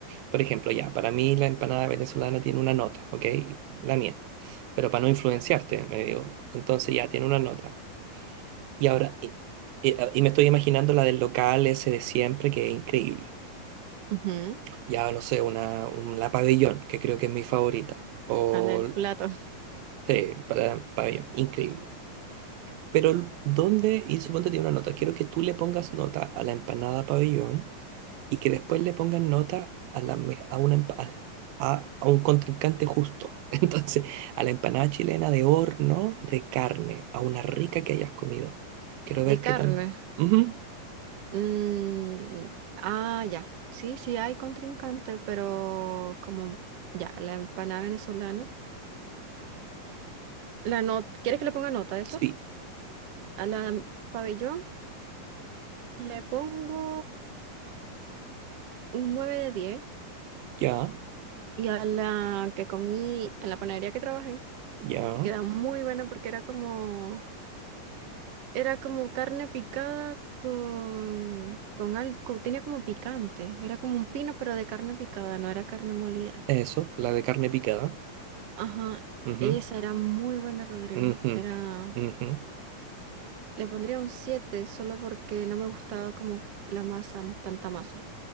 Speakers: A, on the right (about 85°); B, on the right (about 55°).
A: Por ejemplo, ya, para mí la empanada venezolana tiene una nota, ¿ok? La mía. Pero para no influenciarte, me digo, entonces ya tiene una nota. Y ahora, y, y- y me estoy imaginando la del local ese de siempre, que es increíble.
B: Ujú,
A: ya no sé, una, un- la pabellón, que creo que es mi favorita. O,
B: A la del plato.
A: sí, para, pabellón, increíble. Pero, ¿dónde? Y suponte tiene una nota. Quiero que tú le pongas nota a la empanada pabellón y que después le pongas nota a, la, me- a, una, empa- a, a un contrincante justo. <laughs> Entonces, a la empanada chilena de horno de carne, a una rica que hayas comido. Quiero ver
B: De carne.
A: qué tan... Ujú,
B: mm, ah, ya. Sí, sí hay contrincante, pero como ya, la empanada venezolana. La no- ¿Quieres que le ponga nota a eso?
A: Sí,
B: A la pabellón le pongo. un 9 de 10
A: ya,
B: y a la que comí en la panadería que trabajé,
A: ya.
B: que queda muy buena porque era como, era como carne picada con, con algo, tenía como picante, era como un pino pero de carne picada, no era carne molida.
A: Eso, la de carne picada.
B: Ajá,
A: Ujú.
B: esa era muy buena, Rodrigo.
A: Ujú,
B: Era,
A: ujú.
B: le pondría un 7 solo porque no me gustaba como la masa, tanta masa.